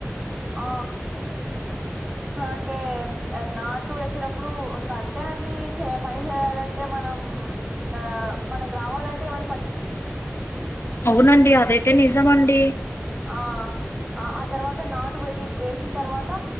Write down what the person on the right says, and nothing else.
ఆ అంటే నాటు వేసేటప్పుడు ఇంక అంతే అండి చే పని చేయాలంటే మనం ఆ మనకి రావాలంటే ఏమ
ఆ ఆ ఆ తర్వాత నాటు వేటి వేసిన తర్వాత